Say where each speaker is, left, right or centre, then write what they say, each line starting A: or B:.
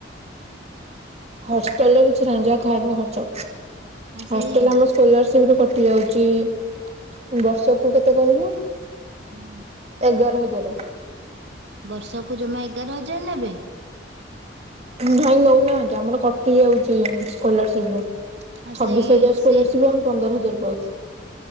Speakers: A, on the right; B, on the right.
A: ହଷ୍ଟେଲରେ କିଛି ନାଇଁ ଜା ଖାଇବା ଖର୍ଚ୍ଚ
B: ଆ ସେଇ
A: ହଷ୍ଟେଲରେ ଆମେ। ସ୍କୋଲାରସିପ୍ ରୁ କଟି ଯାଉଛି ବର୍ଷକୁ କେତେ କହିଲୁ।
B: ହୁଁ।
A: ଏଗାର ହଜାର।
B: ବର୍ଷକୁ ଜମା ଏଗାର ହଜାର ନେବେ।
A: ନାଇଁ ନଉନାହାନ୍ତି ଆମର କଟି ଯାଉଛି ସ୍କୋଲାରସିପରୁ।
B: ଆଉ
A: ଛବିଶ
B: ସେଇ
A: ହଜାର ସ୍କୋଲାରସିପ
B: ସେ
A: ଆମେ ପନ୍ଦର ହଜାର ପାଉଛୁ।